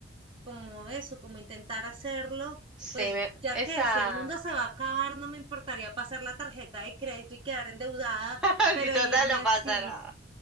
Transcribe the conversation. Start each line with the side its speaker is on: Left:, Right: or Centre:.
Right: como eso, como intentar hacerlo.
Centre: Sí,
Right: Pues
Centre: me-
Right: ya
Centre: esa...
Right: que si el mundo se va a acabar, no me importaría pasar la tarjeta de crédito y quedar endeudada
Centre: <laughs>
Right: pero
Centre: Si total
Right: irme
Centre: no pasa
Right: así
Centre: nada.